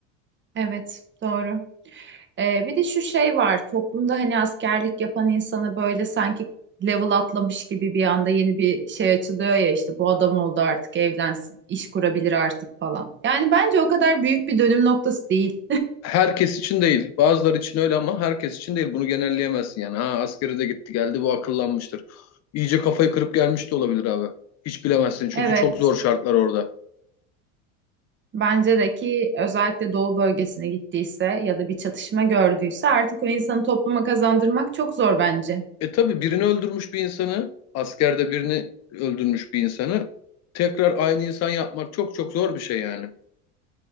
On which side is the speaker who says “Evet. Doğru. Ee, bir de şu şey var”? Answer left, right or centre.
Right